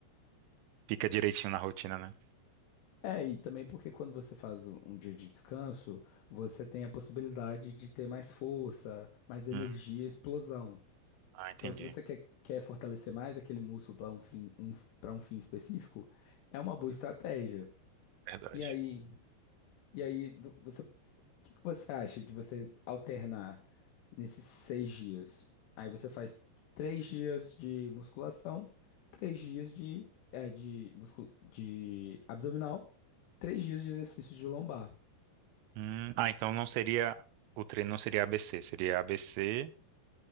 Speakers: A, on the right (about 85°); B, on the left (about 75°).
A: fica direitinho na rotina, né?
B: É, e também porque quando você faz um um dia de descanso, você tem a possibilidade de ter mais força, mais energia,
A: Hum.
B: explosão.
A: Ah, entendi.
B: Então, se você quer, quer fortalecer mais aquele músculo para um fim, um, para um fim específico, é uma boa estratégia.
A: Verdade.
B: E aí, e aí, vo- você, o que que você acha de você alternar nesses seis dias? Aí você faz três dias de musculação, três dias de, é, de, muscu- de abdominal, três dias de exercício de lombar.
A: Hum. Ah, então não seria, o treino não seria ABC, seria A B C